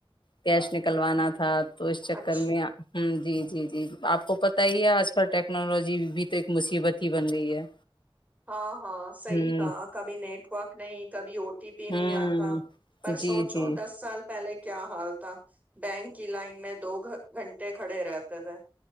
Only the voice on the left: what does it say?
کیش نکلوانا تھا تو اس چکر
میں ھم جی جی جی آپ کو پتا ہی ہے آج کل ٹیکنالوجی بھی تو ایک مصیبت ہی بن گئی ہے
ہوں
ہوں
جی
جی